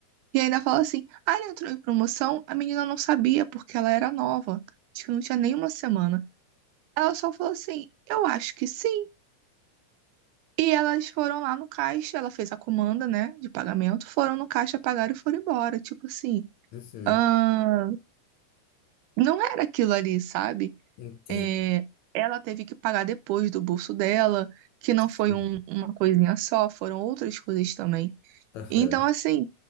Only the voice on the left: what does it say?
Uhum,
entendo.
Sim.
Aham.